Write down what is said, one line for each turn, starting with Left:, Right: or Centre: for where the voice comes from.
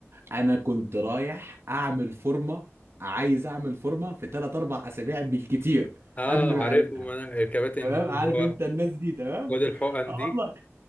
Right: انا كنت رايح اعمل فورمه عايز اعمل فورمه في ثلاث اربع اسابيع بالكتير
Left: اه
Right: قبل ما
Left: عارف
Right: اقابلها
Left: ما انا الكباتن
Right: تمام
Left: دي اللي
Right: عارف
Left: هو
Right: انت الناس دي تمام
Left: خد الحقن
Right: اه
Left: دي